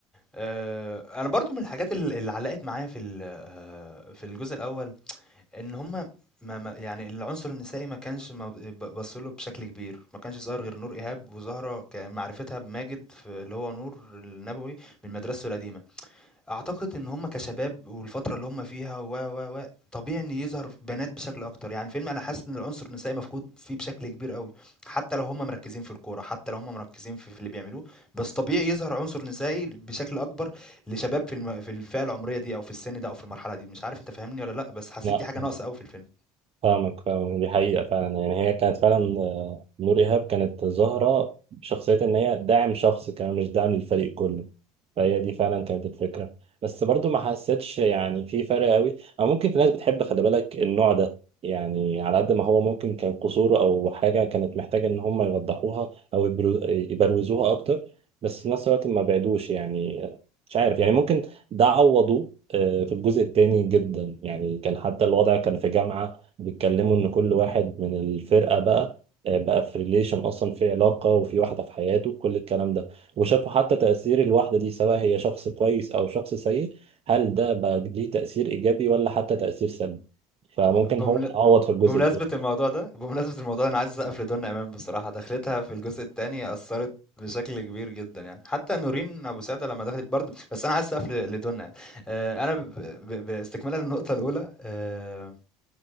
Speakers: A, in the centre; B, on the right.
A: آه، انا برضو من الحاجات اللي اللي علقت معايا في ال- آه، في الجزء الاول إن هم ما ما يعني العنصر النسائي ما كانش ما ب ب بصّوا له بشكل كبير، ما كانش ظاهر غير نور إيهاب وزهرة كمعرفتها بماجد في اللي هو نور النبوي من مدرسته القديمة. اعتقد ان هم كشباب والفتره اللي هم فيها و و و طبيعي ان يظهر بنات بشكل اكتر يعني الفيلم انا حاسس ان العنصر النسائي مفقود فيه بشكل كبير قوي حتى لو هم مركزين في الكوره حتى لو هم مركزين في, في اللي بيعملوه بس طبيعي يظهر عنصر نسائي بشكل اكبر لشباب في الم... في الفئه العمريه دي او في السن ده او في المرحله دي مش عارف انت فاهمني ولا لا بس حسيت
B: مم.
A: دي حاجه ناقصه قوي في الفيلم
B: فاهمك فاهمك دي حقيقة فعلا يعني هي كانت فعلا آه، نور إيهاب كانت ظاهرة بشخصية إن هي داعم شخص كمان مش داعم للفريق كله فهي دي فعلا كانت الفكرة بس برضو ما حسيتش يعني في فرق قوي أو ممكن في ناس بتحب خلي بالك النوع ده يعني على قد ما هو ممكن كان قصور أو حاجة كانت محتاجة إن هم يوضحوها أو يبرو- يبروزوها أكتر بس في نفس الوقت ما بعدوش يعني آه، مش عارف يعني ممكن ده عوضوه آه، في الجزء التاني جدا يعني كان حتى الوضع كان في جامعة بيتكلموا ان كل واحد من الفرقه بقى آه، بقى في ريليشن اصلا في علاقه وفي واحده في حياته كل الكلام ده وشافوا حتى تاثير الواحده دي سواء هي شخص كويس او شخص سيء هل ده بقى ليه تاثير ايجابي ولا حتى تاثير سلبي فممكن
A: بمن...
B: هو يتعوض في الجزء
A: بمناسبة
B: ده
A: الموضوع ده بمناسبة الموضوع ده، أنا عايز أسقف لدنيا إمام بصراحة دخلتها في الجزء التاني أثرت بشكل كبير جدا يعني حتى نورين أبو سعدة لما دخلت برضه بس أنا عايز أسقف ل- لدنيا آه، أنا ب... ب... باستكمالا للنقطة الأولى آه،